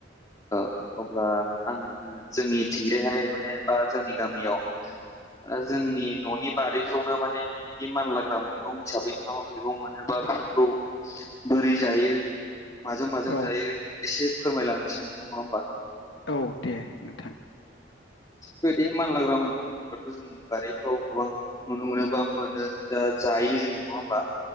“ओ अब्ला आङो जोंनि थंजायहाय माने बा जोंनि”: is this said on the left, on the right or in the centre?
Left